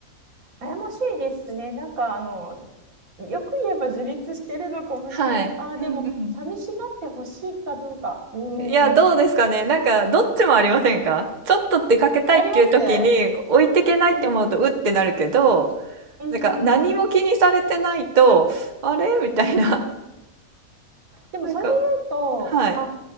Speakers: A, on the right; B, on the right.
A: 悩ましいですね。なんかあの、よく言えば自立してるのかもしれない。
B: はい。
A: ああ、
B: うんうん。
A: でも、寂しがってほしいかどうか。うーん。
B: いや、どうですかね。なんか、どっちもありませんかちょっと出かけたいっていう時に、
A: ありますね。
B: 置いてけないって思うと、
A: うん、
B: うってなるけど、
A: うん、
B: なんか、
A: うん。
B: 何も気にされてないと、あれ？みたいな。<laughs>
A: でもそれで言うと、
B: なんかはい、
A: あ、